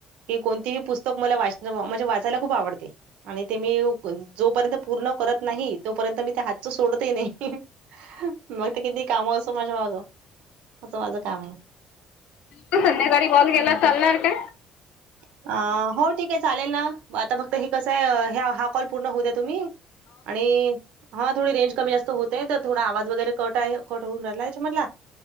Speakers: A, on the right; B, on the left.
A: कि कोणतीही पुस्तक मला वाचणं म्हणजे वाचायला खूप आवडते. आणि ते मी जोपर्यंत पूर्ण करत नाही तोपर्यंत, मी ते हातच सोडतही नाही. मग ते किती काम असो, माझ्या माग असं माझं काम आहे.
B: तू संध्याकाळी कॉल केला
A: हं.
B: चालणार का
A: अ हो ठीक आहे चालेल ना, आता फक्त हे कसं आहे हा कॉल पूर्ण होऊ, द्या तुम्ही आणि हा थोडी रेंज कमी जास्त होतेय, तर थोडा आवाज वगैरे, कट आहे कट होऊन राहिला याच्या मदला